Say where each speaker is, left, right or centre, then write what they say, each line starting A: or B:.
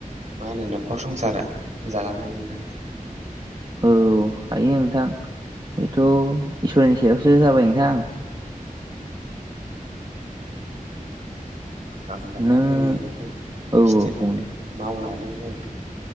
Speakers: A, on the right; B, on the right.
A: मा होनो न'खर संसार जालांनो हायो नोंथां।
B: औ हायो नोंथां बेथ' इसोरनि सायावसो जाबाय नोंथां।
A: उम। होमबाना
B: नों
A: जोङो बेफोर खेथिफोर
B: औ औ बुं दे
A: मावनानै जों